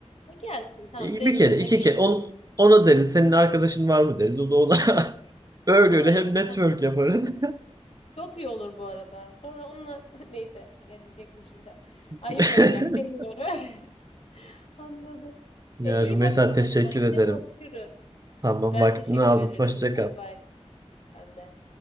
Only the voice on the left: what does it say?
E gelsin tamam
deriz
ona
gelir.
Aynen.
Çok iyi olur bu arada. Sonra onunla <laughs> neyse bir şey diyecektim şimdi. Ayıp
olacak demiyorum. <laughs> Anladım.
E iyi
bakalım
o zaman.
Yine konuşuruz.
Ben
teşekkür
ederim.
Bay bay. Sen de.